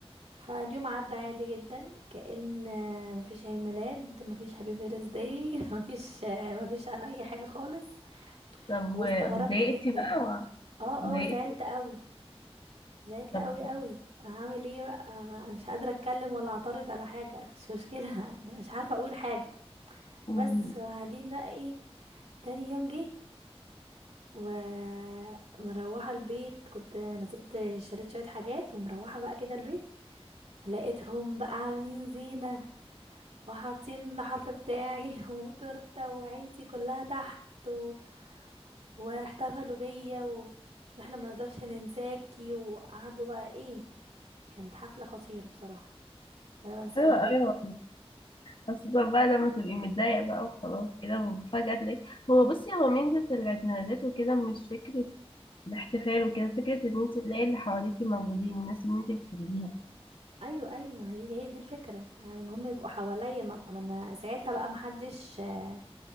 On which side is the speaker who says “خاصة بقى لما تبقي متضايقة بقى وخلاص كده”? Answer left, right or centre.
Left